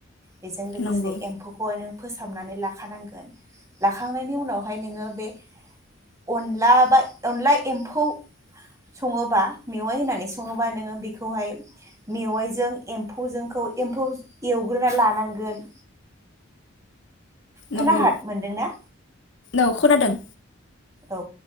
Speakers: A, on the right (about 15°); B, on the left (about 60°).
A: बेजों लोगोसे
B: नंगौ
A: एम्फौखौहाय नों फोसाबनानै ला खानांगोन लाखांनायनि उनावहाय नोङो बे अनला बा अनला एम्फौ सङोबा मेवाइ होननानै सङोबा नोङो बेखौहाय मेवाइजों एम्फौजोंखौ एम्फौ एवग्रोना लानांगोन खोनाहाद
B: नंगौ
A: मोनदोंना
B: औ खोनादों।
A: औ